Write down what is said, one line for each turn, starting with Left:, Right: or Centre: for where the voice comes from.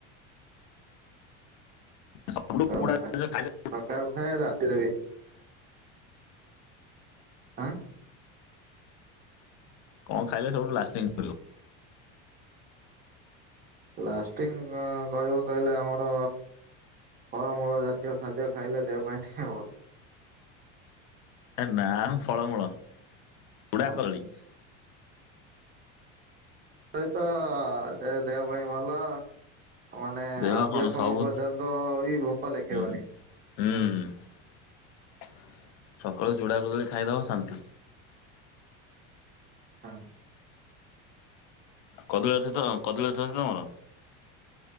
Left: ସବୁଠୁ
Right: ତ
Left: ପୋଡ଼ା
Right: ମୁଁ ଖାଏ
Left: ଜିନିଷ ଖାଇଲେ
Right: ସକାଳୁ ଖାଏ ରାତିରେ ବି। ଆଁ
Left: କଣ ଖାଇଲେ ସବୁଠୁ ଲାଷ୍ଟିଙ୍ଗ୍
Right: ଲାଷ୍ଟିଙ୍ଗ କଣ କରିବ କହିଲେ ଆମର ଫଳମୂଳ ଜାତୀୟ ଖାଦ୍ୟ ଖାଇଲେ ଦେହ ପାଇଁ ଟିକେ ଭଲ।
Left: ଏ ନାମ ଫଳମୂଳ। ଚୁଡ଼ା
Right: ତା
Left: କଦଳୀ।
Right: ସେଇତ ସେ ଦେହ ପାଇଁ ଭଲ। ମାନେ
Left: ଦେହ
Right: ଅଧିକ
Left: କଣ
Right: ସମୟ
Left: ସବୁ
Right: ପର୍ଯ୍ୟନ୍ତ ବି ଭୋକ ଦେଖେଇବନି।
Left: ହୁଁ ହୁଁ। ସକାଳୁ ଚୁଡା କଦଳୀ ଖାଇଦବ ଶାନ୍ତି।
Right: ଆମ୍
Left: କଦଳୀ ଅଛି ତ କଦଳୀ ଗଛ ଅଛି ତମର?